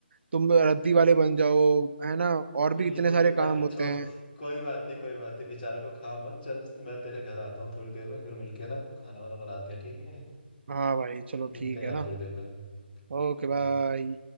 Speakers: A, on the right; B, on the left.
A: तुम रद्दी वाले बन जाओ है ना और
B: कोई
A: भी इतने
B: नहीं कोई
A: सारे
B: नहीं भाई
A: काम
B: <laughs>
A: होते
B: छोड़
A: हैं
B: कोई बात नहीं कोई बात नहीं बेचारों को खा मत चल मैं तेरे घर आता हूँ थोड़ी देर में फिर मिलके ना खाना वाना बनाते हैं ठीक है
A: हाँ भाई चलो
B: चल
A: ठीक
B: मिलते हैं
A: है
B: यार
A: ना
B: थोड़ी देर में ओके हम्म
A: Okay bye